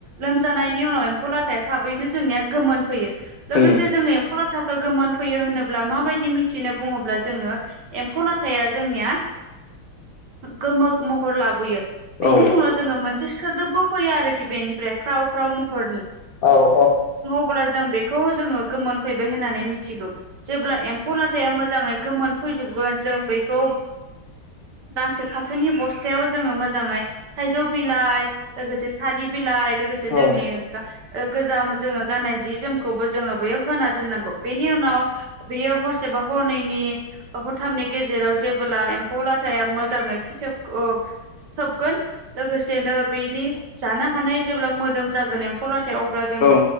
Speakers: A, on the right; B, on the left.
A: लोमजानायनि उनाव एम्फौ लाथाया थाबैनो जोंनिया गोमोन फैयो लोगोसे
B: फैयो
A: जोङो एम्फौ लाथा थाखो गोमोनफैयो होनोब्ला माबायदि मिथिनो बुङोब्ला जोङो एम्फौ लाथाया जोंनिया
B: <inaudible>
A: गोमो महर लाबोयो बेनि
B: औ
A: उनाव जोङो मोनसे सोदोबबो फैयो आरोखि बेनिफ्राय ख्राव ख्राव महरनि
B: औ औ
A: अब्ला जों बेखौ जोङो गोमोनफैबाय होननानै मिथिगौ जेब्ला एम्फौ लाथाया मोजां मोजाङै गोमोन फैजोबगोन जों बेखौ गांसे फाथोनि बस्थायाव जोङो मोजाङै थाइजौ बिलाइ लोगोसे थालिर बिलाइ लोगोसे
B: औ
A: जोंनि गोजाम जोङो गाननाय जि जोमखौबो जोङो बेयाव होना दोननांगौ बेनि उनाव बियो हरसेबा हरनैनि हरथामनि गेजेराव जेबोब्ला एम्फौ लाथाया मोजाङै फिथोब थोबगोन लोगोसेनो बेनि जानो हानाय जेब्ला मोदोम जागोन एम्फौ ला अब्ला जों
B: औ
A: बे